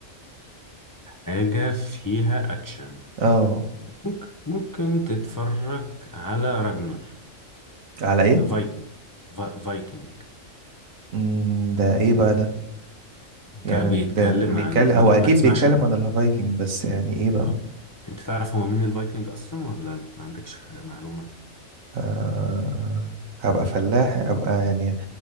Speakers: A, on the left (about 20°); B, on the right (about 80°).
A: حاجة فيها أكشن
B: اه
A: ممكن ممكن تتفرج على راجنر
B: على ايه
A: فايكنج فايكنج
B: مم، ده ايه بقى ده
A: ده
B: يعني
A: بيتكلم
B: ده بيتكلم
A: عن ما,
B: هو
A: ت...
B: اكيد
A: ما تسمعش
B: بيتكلم
A: عن...
B: عن الهافايكنج بس يعني ايه بقى
A: آه. انت تعرف هو مين الفايكنج اصلا ولا لا ما عندكش خ- معلومة
B: آه... هبقى فلاح هبقى يعني